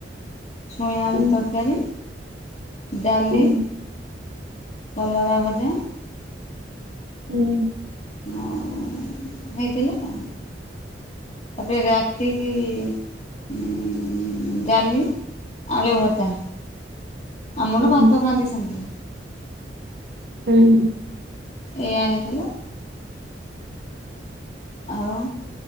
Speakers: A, on the left; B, on the right.
A: ଛୁଇଁ ଆଳୁ
B: ହୁଁ
A: ତରକାରୀ। ଡାଲି
B: ହୁଁ
A: କଲରା ବଜା।
B: ହୁଁ।
A: ଆଉ ହେଇଥିଲା। ତାପରେ ରାତିକ ଉ ଡାଲି। ଆଳି ଭତା ଆମର
B: ହୁଁ
A: ଭାତ ଖାଆନ୍ତି ସେମତି।
B: ହୁଁ।
A: ଏଇଆ ହେଇଥିଲା। ଆଉ